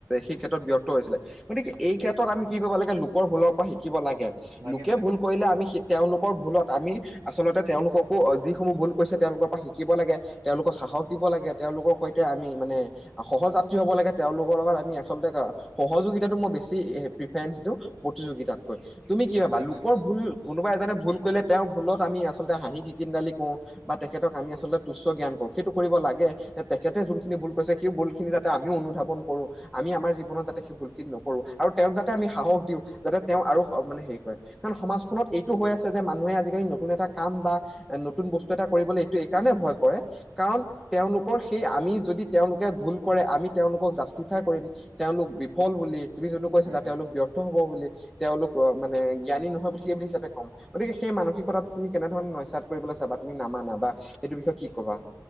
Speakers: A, in the centre; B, on the right.
A: সেই ক্ষেত্ৰত ব্যৰ্থ হৈছিলে। গতিকে, এই ক্ষেত্ৰত আমি কি কৰিব লাগে, লোকৰ ভুলৰ পৰা শিকিব লাগে।
B: লাগে
A: লোকে
B: লাগে
A: ভুল কৰিলে আমি সে তেওঁলোকৰ ভুলত আমি, আচলতে তেওঁলোককো যিসমূহ ভুল কৰিছে, তেওঁলোকৰ পৰা শিকিব লাগে। তেওঁলোকক সাহস দিব লাগে। তেওঁলোকৰ সৈতে আমি মানে সহযাত্ৰী হ'ব লাগে, তেওঁলোকৰ লগত আমি আচলতে আ, সহযোগিতাটো মোৰ বেছি সেই প্ৰিফাৰেঞ্চ দিওঁ। প্ৰতিযোগিতাতকৈ, তুমি কি ভাবা?
B: হয় হয়
A: লোকৰ ভুল কোনোবা এজনে ভুল কৰিলে তেওঁৰ ভুলত আমি আচলতে হাঁহি খিকিন্দালি কৰোঁ। বা তেখেতক আমি আচলতে তুচ্চ জ্ঞান কৰোঁ, সেইটো কৰিব লাগে, নে তেখেতে যোনখিনি ভুল কৰিছে সেই ভুল খিনি যাতে আমি অনুধাৱন কৰোঁ। আমি আমাৰ জীৱনত যাতে সেই ভুলখিনি নকৰোঁ, আৰু তেওঁক যাতে আমি সাহস দিওঁ। যাতে তেওঁ আৰু অ, মানে হেৰি কৰে। কাৰণ সমাজখনত এইটো হৈ আছে যে মানুহে আজিকালি নতুন এটা কাম বা এ, নতুন বস্তু এটা কৰিবলৈ এইটো এই কাৰণে ভয় কৰে কাৰণ, তেওঁলোকৰ সেই আমি যদি তেওঁলোকে ভুল কৰে, আমি তেওঁলোকক জাষ্টিফাই কৰিম। তেওঁলোক বিফল বুলি। তুমি জানো কৈছিলা,
B: হয় হয়
A: তেওঁলোক ব্যৰ্থ হ'ব বুলি। তেওঁলোক অ, মানে, জ্ঞানী নহয় বুলি কি, সেইটো হিচাপে কম? গতিকে, সেই মানসিকতাটো তুমি কেনেধৰণে ন্যচাত কৰিবলৈ চাবা, তুমি নামানা বা সেইটোৰ বিষয়ে কি কবা?